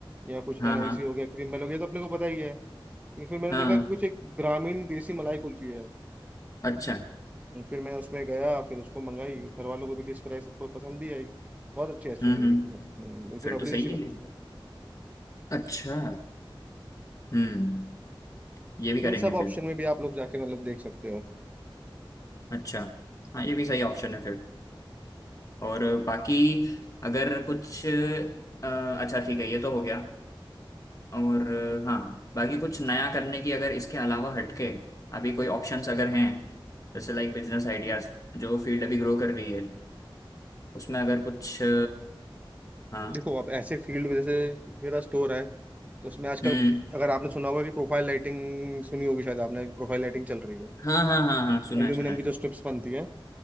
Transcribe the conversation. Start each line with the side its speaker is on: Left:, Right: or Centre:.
Right: या कुछ
Left: हाँ
Right: एनआईसी
Left: हाँ
Right: हो गया क्रीमबेल हो गया ये तो अपने को पता ही है लेकिन फिर मैंने
Left: हाँ
Right: देखा कि कुछ एक ग्रामीण देसी मलाई कुल्फी है
Left: अच्छा
Right: तो फिर मैं उसमें गया फिर उसको मंगाई घर वालों को भी टेस्ट कराई सबको पसंद भी आई बहुत अच्छी आइसक्रीम
Left: हम्म
Right: लगी
Left: हम्म
Right: थी वो। हम्म, बिल्कुल
Left: फिर
Right: रबड़ी
Left: तो सही
Right: जैसी लगती
Left: है ये
Right: है
Left: अच्छा हम्म ये भी
Right: इन
Left: करेंगे
Right: सब
Left: फिर
Right: ऑप्शन में भी आप लोग जाके मतलब देख सकते हो
Left: अच्छा हाँ ये
Right: हम्म,
Left: भी सही ऑप्शन है फिर और
Right: तो,
Left: बाकी अगर कुछ अ, अच्छा ठीक है ये तो हो गया और अ, हाँ बाकी कुछ नया करने की अगर इसके अलावा हटके अभी कोई ऑप्शंस अगर हैं जैसे लाइक बिजनेस आइडियाज जो फील्ड अभी ग्रो कर रही है उसमें अगर कुछ अ, हाँ
Right: देखो आप ऐसे फील्ड में जैसे मेरा स्टोर है तो उसमें आजकल
Left: हम्म
Right: अगर आपने सुना होगा कि प्रोफाइल लाइटिंग सुनी होगी शायद आपने कि प्रोफाइल लाइटिंग चल रही है
Left: हाँ हाँ हाँ हाँ सुना
Right: एल्यूमिनियम
Left: है सुना है
Right: की जो स्ट्रिप्स बनती है